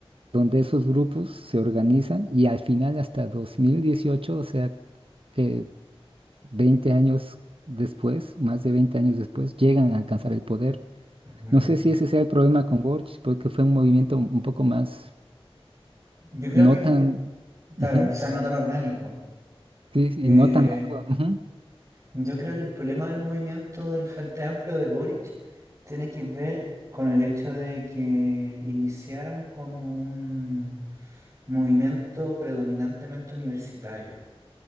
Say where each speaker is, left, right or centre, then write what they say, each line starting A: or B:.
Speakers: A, on the right; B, on the right.
A: donde esos grupos se organizan y al final hasta 2018, o sea, que 20 años después, más de 20 años después, llegan a alcanzar el poder.
B: ujú.
A: No sé si ese sea el problema con Borch, porque fue un movimiento un poco más,
B: Yo creo
A: no
B: que, en-
A: tan,
B: claro,
A: ujú,
B: quizás no tan orgánico.
A: sí,
B: Eh,
A: y no tan largo. ujú,
B: yo creo que el problema del movimiento del Frente Amplio de Boric tiene que ver con el hecho de que iniciaron como un movimiento predominantemente universitario.